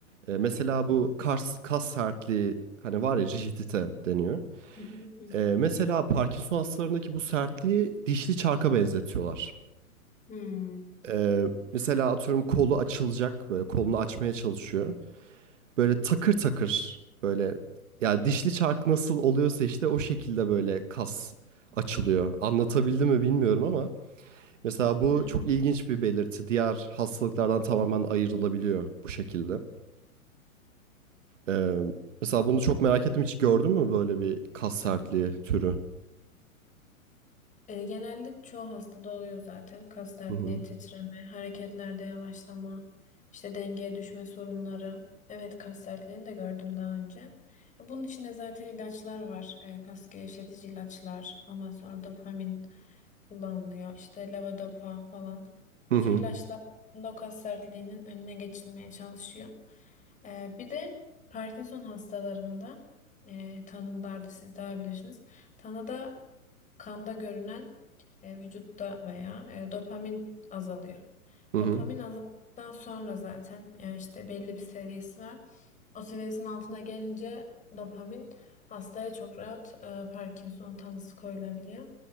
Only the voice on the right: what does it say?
E, mesela bu kas, kas sertliği hani var ya rigidite deniyor.
E,
mesela Parkinson hastalarındaki bu sertliği dişli çarka benzetiyorlar.
E, mesela atıyorum kolu açılacak böyle kolunu açmaya çalışıyor. Böyle takır takır böyle ya dişli çark nasıl oluyorsa işte o şekilde böyle kas açılıyor. Anlatabildim mi bilmiyorum ama. Mesela bu
çok ilginç bir belirti. Diğer hastalıklardan tamamen ayrılabiliyor bu şekilde. Ee, mesela bunu çok merak ettim. Hiç gördün mü böyle bir kas sertliği türü?
Hı hı.
Hı
hı.
Hı
hı.